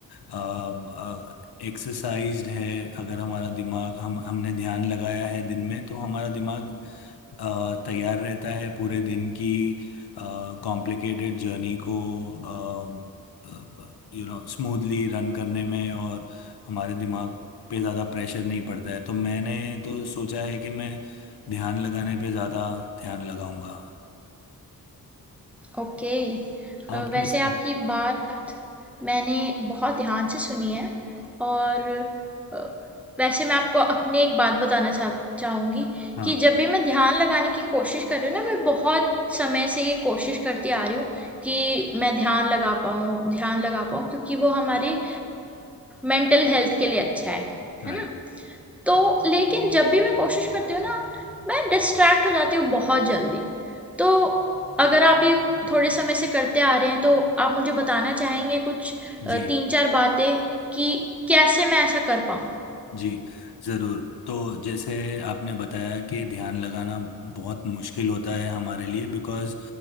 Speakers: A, on the left; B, in the centre.
A: अ अ, एक्सरसाइज़्ड है, अगर हमारा दिमाग हम हमने ध्यान लगाया है दिन में, तो हमारा दिमाग अ, तैयार रहता है पूरे दिन की अ, कॉम्प्लिकेटेड जर्नी को अ, ब ब यू नो स्मूथली रन करने में और हमारे दिमाग पे ज़्यादा प्रेशर नहीं पड़ता है तो मैंने तो सोचा है कि मैं ध्यान लगाने पे ज़्यादा ध्यान लगाऊंगा
B: ओके
A: आप
B: अ, वैसे
A: कैसे
B: आपकी बात मैंने बहुत ध्यान से सुनी है और अ, वैसे मैं आपको अपनी एक बात बताना चाह चाहूँगी
A: हाँ
B: कि जब भी मैं ध्यान लगाने की कोशिश कर रही हूँ ना मैं बहुत समय से ये कोशिश करती आ रही हूँ कि मैं ध्यान लगा पाऊँ ध्यान लगा पाऊँ क्योंकि वो हमारी मेंटल हेल्थ के लिए अच्छा है है
A: राइट
B: ना तो लेकिन जब भी मैं कोशिश करती हूँ ना, मैं डिस्ट्रैक्ट हो जाती हूँ बहुत जल्दी। तो अगर आप ये थोड़े समय से करते आ रहे हैं तो आप मुझे बताना चाहेंगे कुछ अ,
A: जी
B: 3-4 बातें कि कैसे मैं ऐसा कर पाऊँ?
A: जी, ज़रूर। तो जैसे आपने बताया कि ध्यान लगाना बहुत मुश्किल होता है हमारे लिए बिकॉज़